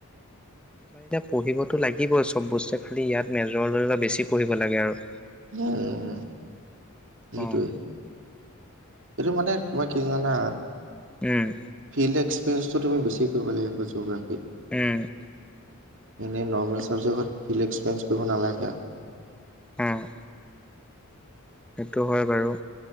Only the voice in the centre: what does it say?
মই এতিয়া পঢ়িবটো লাগিবই চব বস্তুৱে খালি ইয়াত মেজৰলৈ ললে বেছি পঢ়িব লাগে আৰু।
অ',
উম।
উম।
উম। সেইটো হয় বাৰু।